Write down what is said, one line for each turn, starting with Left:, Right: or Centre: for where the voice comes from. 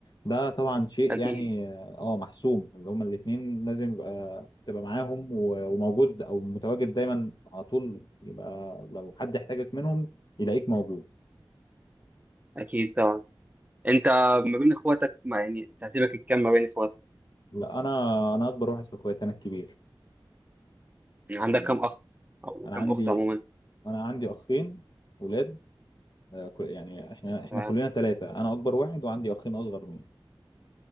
Left: ده طبعا شيء
Right: أكيد
Left: يعني اه آه، محسوم اللي هما الاثنين لازم يبقى تبقى معاهم و- وموجود او متواجد دايما على طول يبقى لو حد احتاجك منهم يلاقيك موجود
Right: أكيد طبعا أنت ما بين إخواتك ما يعني ترتيبك الكام ما بين إخواتك؟
Left: لا انا انا اكبر واحد في اخواتي انا الكبير
Right: يعني عندك
Left: يعني
Right: كام أخ أو
Left: انا
Right: كام
Left: عندي
Right: أخت عموما؟
Left: انا عندي اخين ولاد آه، كل- يعني احنا احنا
Right: تمام
Left: كلنا ثلاثه انا اكبر واحد وعندي اخين اصغر مني